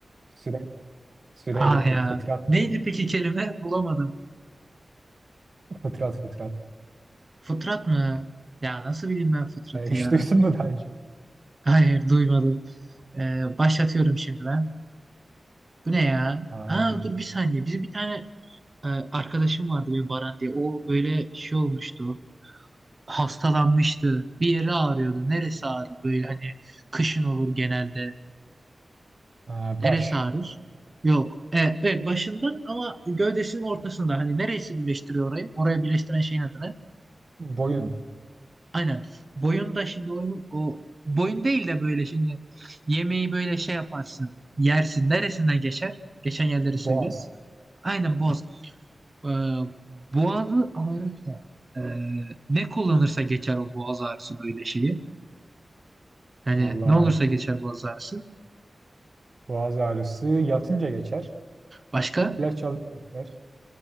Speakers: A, on the right; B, on the right.
A: süre süre
B: Ah
A: bitti.
B: ya.
A: Fıtrattı.
B: Neydi peki kelime? Bulamadım.
A: Fıtrat fıtrat.
B: Fıtrat mı? Ya nasıl bileyim ben fıtratı
A: Ee, <laughs> hiç
B: ya?
A: duydun mu daha önce?
B: Hayır, duymadım. E, başlatıyorum şimdi ben. Bu ne ya?
A: Aa,
B: Ha dur bir saniye. Bizim bir tane e, arkadaşım vardı benim Baran diye. O böyle şey olmuştu. hastalanmıştı. Bir yeri ağrıyordu. Neresi ağrır böyle hani kışın olur genelde.
A: aa,
B: Neresi
A: baş,
B: ağrır? Yok. Evet, evet başından ama gövdesinin ortasında. Hani neresi birleştiriyor orayı? Oraya birleştiren şeyin adı ne?
A: boyun,
B: Aynen. Boyunda şimdi oyun o boyun değil de böyle şimdi yemeği böyle şey yaparsın. Yersin. Neresinden geçer? Geçen yerleri
A: boğaz.
B: söyle. Aynen boğaz. Ee, boğazı ağrırsa ee, ne kullanırsa geçer o boğaz ağrısı böyle şeyi. Yani
A: Vallahi
B: ne olursa geçer boğaz ağrısı.
A: boğaz ağrısı yatınca geçer.
B: Başka?
A: İlaç alıyorlar.